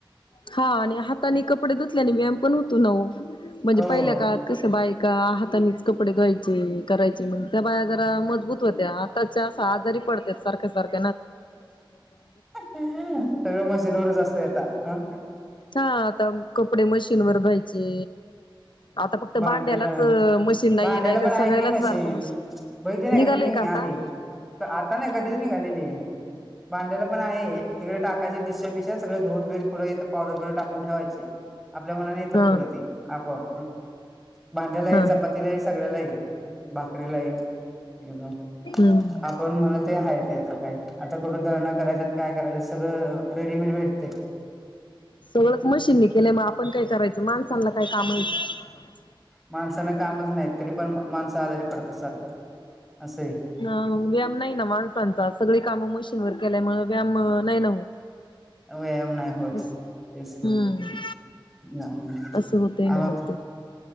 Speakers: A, on the left; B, in the centre.
A: हा आणि हाताने कपडे धुतल्याने व्यायाम पण होतो नव म्हणजे
B: हो
A: पहिल्या काळात कसं बायका. हातानीच कपडे द्यायचे. करायचे मग त्या बाहे मजबूत होत्या आताच्या. आजारी पडत सारख्या-सारख्या.
B: सगळ मशीनवरच असतय आता. आ
A: हा आता कपडे मशीन वर धुवायचे. आता फक्त
B: भांड्याला-भांड्याला
A: भांड्यालाच मशीन नाहीये नाही
B: पण
A: तर
B: आहे
A: सगळ्यालाच
B: की मशीन.
A: सारखं
B: बघितली नाही
A: निघालय
B: का तुम्ही.
A: आता?
B: आहे तर आता नाही कधीच निघालेली आहे. भांड्याला पण आहे. एकीकडे टाकायचे डिश, -बिश सगळे. धुउन-बिऊूनं येत पावडर, - बिवडर टाकून ठेवायची आपल्या मनाने येतात.
A: हा
B: फूड ती आपोआप. भांड्याला हाय,
A: हा
B: चपातीला हाय, सगळ्याला हाय भाकरीला हाये. एकदम
A: हम्म.
B: आपण म्हणल ते हायच येत काय? आता कुठं दळण करायच्यात? काय करायच्यात सगळं रेडीमेड भेटते.
A: सगळंच मशीन ने केल्या, मग आपण काय करायचं? माणसांना काय काम हायीत?
B: माणसाना कामच नाही, तरी पण माणस आजारी पडतात सारख अस
A: हा व्यायाम नाही ना माणसांचा, सगळी काम मशीन वर केल्याय मुळ व्यायाम नाही ना होत.
B: व्यायाम नाही होत.
A: असं.
B: तेच की
A: हम्म
B: व्याम <unintelligible>
A: असं होतय ना मग
B: ते का?